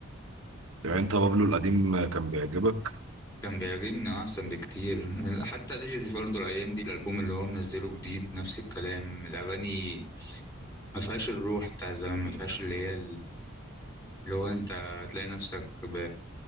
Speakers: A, on the right (about 80°); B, on the left (about 15°).
A: يعني انت بابلو القديم كان بيعجبك
B: كان بيعجبني آه، احسن بكتير حتى ليجيس برضه الايام دي الالبوم اللي هو منزله جديد نفس الكلام الاغاني ما فيهاش الروح بتاع زمان ما فيهاش اللي هي لو انت هتلاقي نفسك ب...